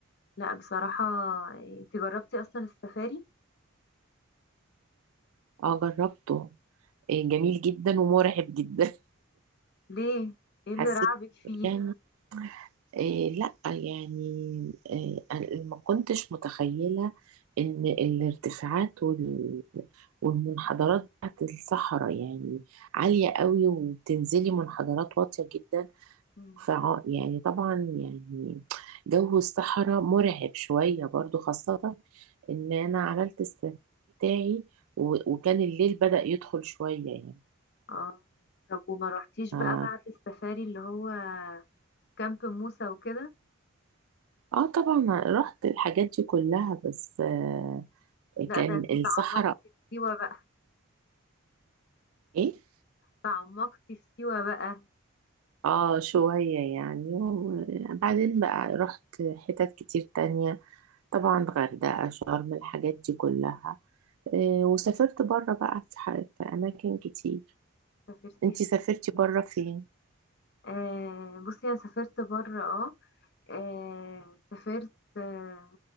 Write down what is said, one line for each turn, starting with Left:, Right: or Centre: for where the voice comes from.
Left: لا بصراحة آه، انت جربتي اصلا السفاري
Right: اه جربته إيه جميل جدا ومرعب جدا
Left: ليه ايه
Right: <laughs> حسيت
Left: اللي رعبك فيه
Right: يعني إيه لا يعني إيه أنا ما كنتش متخيلة ان الارتفاعات وال- والمنحدرات بتاعت الصحراء يعني عالية قوي وبتنزلي منحدرات واطية جدا
Left: مم.
Right: فع يعني طبعا يعني جو الصحراء مرعب شوية برضو خاصة ان انا عملت السفاري بتاعي و- وكان الليل بدأ يدخل شوية يعني
Left: اه طب وما رحتيش
Right: اه
Left: بقى بعد السفاري اللي هو كامب موسى وكده
Right: آه طبعا رحت الحاجات دي كلها بس آه
Left: لا
Right: كان
Left: ده انت
Right: الصحراء
Left: تعمقتي في سيوة بقى
Right: ايه
Left: تعمقتي في سيوة بقى
Right: اه شوية يعني وبعدين بقى رحت حتت كتير تانية طبعا غردقة شرم الحاجات دي كلها آه وسافرت بره بقى في, ح- في أماكن كتير
Left: سافرتي
Right: انتي
Left: فين
Right: سافرتي بره فين
Left: آه بصي انا سافرت بره اه آه، سافرت آه،